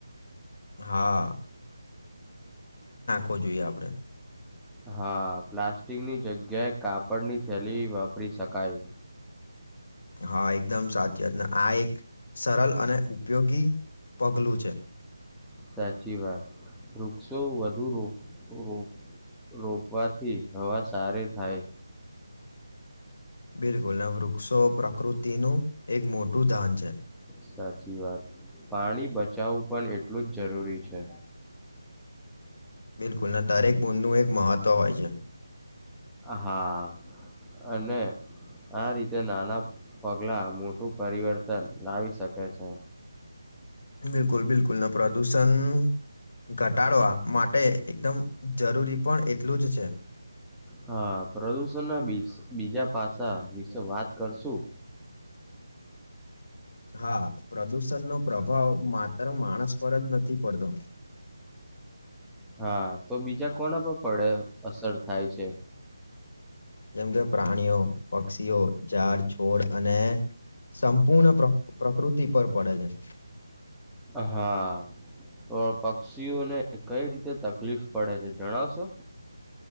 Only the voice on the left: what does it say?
હા આપો જોઈએ આપણે
હા એકદમ સાચીત ને આ એક સરળ અને ઉપયોગી પગલું છે.
બિલકુલ અને વૃક્ષો પ્રકૃતિનું એક મોટું ધાન છે.
બિલકુલ ના દરેક બૂદનું એક મહત્ત્વ હોય છે.
બિલકુલ બિલકુલ અને પ્રદુષણ ઘટાડવા માટે એકદમ જરૂરી પણ એટલું જ છે
હા પ્રદુષણનો પ્રભાવ માત્ર માણસ પર જ નથી પડતો
જેમ કે પ્રાણીઓ પક્ષીઓ ઝાડ છોડ અને સંપૂર્ણ પ્રકૃતિ પર પડે છે